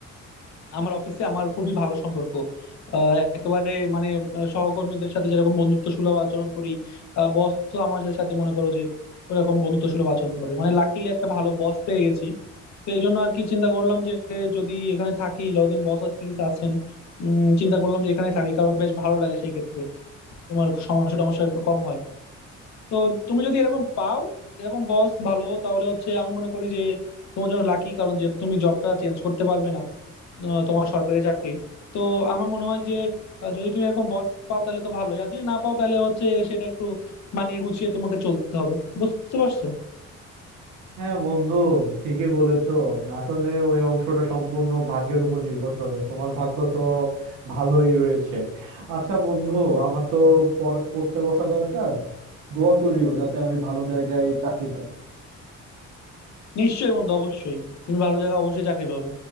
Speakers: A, on the left; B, on the right.
A: আমার অফিসে আমার খুবই ভালো সম্পর্ক আহ, একেবারে মানে আহ, সহকর্মীদের সাথে যেরকম বন্ধুত্ব সুলভ আচরণ করি বসও আমাদের সাথে মনে করো যে ওরকম বন্ধুত্ব সুলভ আচরণ করে মানে লাকিলি একটা ভালো বস পেয়ে গেছি তো এই জন্য আর কি চিন্তা করলাম যে যদি এখানে থাকি যতদিন বস অ্যাটলিস্ট আছেন উম, চিন্তা করলাম যে এখানে থাকি কারণ বেশ ভালো লাগে সেই ক্ষেত্রে তোমার সমস্যা টমস্যা একটু কম হয় তো তুমি যদি এরকম পাও এরকম বস ভালো তাহলে হচ্ছে আমি মনে করি যে তোমার জন্য লাকি কারণ যেহেতু তুমি জবটা চেঞ্জ করতে পারবে না আহ, তোমার সরকারি চাকরি তো আমার মনে হয় যে আহ, যদি তুমি এরকম বস পাও তাহলে তো ভালোই আর যদি না পাও তাহলে হচ্ছে সেটা একটু মানিয়ে গুছিয়ে তোমাকে চলতে হবে বুঝতে পারছো
B: হ্যাঁ বন্ধু ঠিকই বলেছো আসলে ওই অংশটা সম্পূর্ণ ভাগ্যের উপর নির্ভর করে তোমার ভাগ্য তো ভালোই রয়েছে আচ্ছা বন্ধু আমার তো পড়- পড়তে বসা দরকার দোয়া করিও যাতে আমি ভালো জায়গায় চাকরি পাই
A: নিশ্চয়ই বন্ধু অবশ্যই তুমি ভালো জায়গায় অবশ্যই চাকরি পাবে